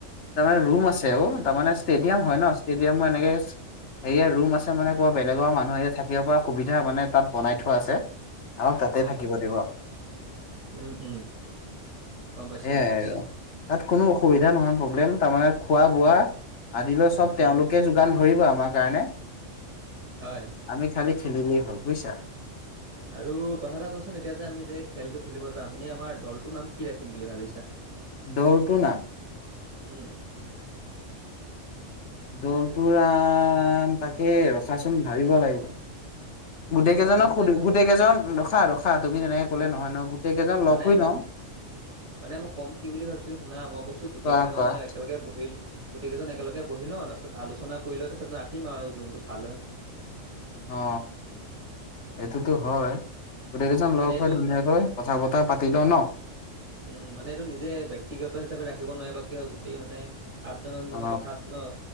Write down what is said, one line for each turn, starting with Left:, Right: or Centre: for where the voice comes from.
Left: তাৰমানে ৰুম আছে অ তাৰমানে ষ্টেডিয়াম হয়
Right: অ',
Left: ন ষ্টেডিয়াম এনেকে হেয়া ৰুম আছে মানে ক'ৰবাত বেলেগৰ মানুহে থাকিব পৰা সুবিধা মানে তাত বনাই থোৱা আছে। তাতেই
Right: অ',
Left: থাকিব
Right: গম পাইছো
Left: দিব।
Right: উম উম গম পাইছো
Left: সেইয়াই
Right: গম পাইছো
Left: আৰু তাত কোনো অসুবিধা নহয় প্ৰব্লেম তাৰমানে খোৱা বোৱা আদিলৈ সব
Right: উম,
Left: তেওঁলোকে যোগান ধৰিব আমাৰ কাৰণে
Right: হয়।
Left: আমি খালি খেলিলেই হল বুইছা
Right: আৰু কথা এটা কচোন এতিয়া যে আমি যে খেলটো খেলিব যাম এনেই আমাৰ দলটোৰ নাম কি ৰাখিম বুলি ভাবিছা?
Left: দলটো নাম
Right: উম
Left: দলটো আহ তাকে ৰখাচোন ভাবিব লাগিব
Right: অ',
Left: গোটেই
Right: এনে
Left: কেইজনক
Right: কাম এটা
Left: সুধি
Right: কৰো
Left: গোটেই কেইজন ৰখা ৰখা তুমি তেনেকে ক'লে নহয় ন। গোটেই কেইজন লগ
Right: মানে
Left: হৈ
Right: মই
Left: লও
Right: মানে মই ক'ম কি বুলি ভাবিছিলো শুনা মই কৈছো গোটেই
Left: কোৱা
Right: কেইজনে
Left: কোৱা
Right: একেলগে বহি লৈ গোতেই কেইজন একেলগে বহি লওঁ তাৰপিছত আলোচনা কৰি লৈ তাৰপিছত ৰাখিম আৰু যোনটো ভাল হয়।
Left: অ এইটোতো হয় গোটেইকেইজন
Right: মানে
Left: লগ
Right: এইটো
Left: হৈ ধুনীয়াকৈ কথা বতৰা পাতি লওঁ ন।
Right: উম মানে এইটো নিজে ব্যক্তিগত হিচাপে ৰাখিব নোৱাৰে বা কি হয় গোটেই মানে আঠজন আঠজনৰ
Left: অ
Right: কথা আছে ন